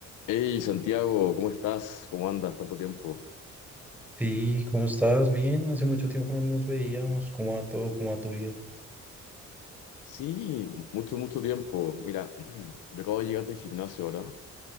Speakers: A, on the left (about 85°); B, in the centre.
A: Hey Santiago, ¿cómo estás? ¿Cómo andas? Tanto tiempo.
B: Sí, ¿cómo estás? Bien, hace mucho tiempo no nos veíamos. ¿Cómo va todo? ¿Cómo va tu vida?
A: Sí, mucho, mucho tiempo. Mira, <clears throat> yo acabo de llegar del gimnasio ahora.